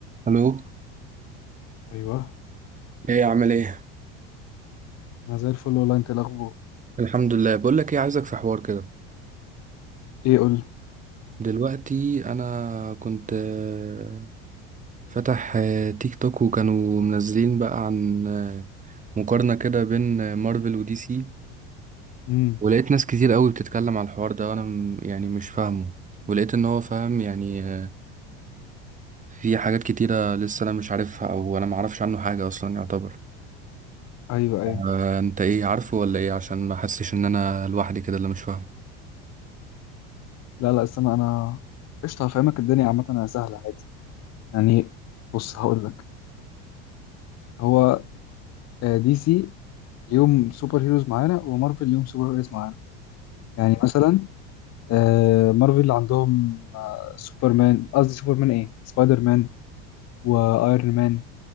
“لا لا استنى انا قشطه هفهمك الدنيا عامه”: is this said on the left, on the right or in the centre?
Left